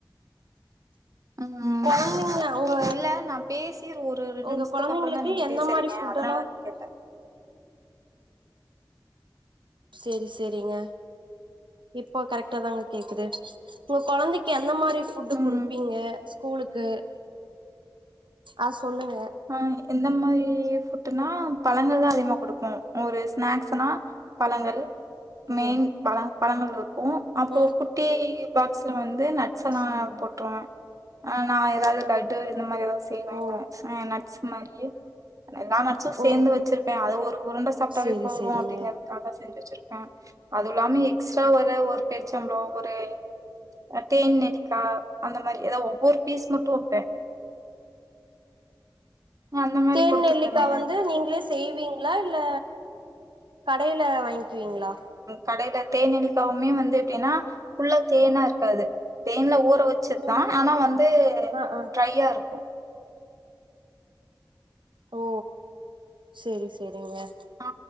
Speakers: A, on the right (about 45°); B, on the right (about 90°).
A: ம்
B: கொழந்தைங்க உங்க
A: இல்ல நா பேசி ஒரு ரெண்டு
B: உங்க
A: நிமிஷ்த்துக்கு
B: கொழந்தைங்களுக்கு
A: அப்பற தா நீங்க
B: எந்த
A: பேசுறீங்க
B: மாரி ஃபுட்டெல்லா
A: அதனால கேட்டே
B: சேரி சேரிங்க இப்போ கரெக்ட்டா தாங்க கேக்குது உங்க கொழந்தைக்கி எந்த மாரி ஃபு ஃபுட்டு
A: ம்
B: குடுப்பீங்க ஸ்கூலுக்கு அது சொல்லுங்க
A: ஆ எந்த மாரி ஃபுட்னா பழங்கள் தா அதிகமா குடுப்போ ஒரு ஸ்நாக்ஸ்னா பழங்கள்
B: ஓ
A: மெயின் பழ பழங்கள் இருக்கு அப்றோ
B: ம்
A: ஒரு குட்டி பாக்ஸ்ல வந்து நட் ஸ்ல்லா
B: சேரிங்க
A: போட்டுருவே ஆ நா ஏதாவது லட்டு இந்த மாரி ஏதாது செய்வேன்னா
B: ஓ
A: ஆ நட்ஸ் மாரியே எல்லா நட்ஸ்சு சேந்து
B: ஓ
A: வச்சிருப்பே அது ஒரு உருண்ட சாப்ட்டாவே
B: சேரி
A: போது
B: சேரிங்க
A: அப்டிங்ற துக்காக செஞ்சு வச்சுருப்பே அதுவு இல்லாம எக்ஸ்ட்ரா எத ஒரு பேர்ச்சம்ளோ ஒரு தேன் நெல்லிக்கா அந்த மாரி ஏத ஒவ்வொரு பீஸ் மட்டு வப்பே அந்த மாதிரி
B: தேன்
A: கொடுத்து
B: நெல்லிக்கா
A: விடுவேன்
B: வந்து நீங்ளே செய்வீங்ளா இல்ல கடையில வாங்கிக்வீங்ளா
A: கடைல தேன் நெல்லிக்கவுமே வந்து எப்டின்னா ஃபுல்லா தேனா இருக்காது தேன்ல ஊற வச் சதா
B: ம்
A: ஆனா வந்து
B: ஆ ஆ
A: ட்ரையா இருக்கு
B: ஓ செரி செரிங்கரி
A: ஆ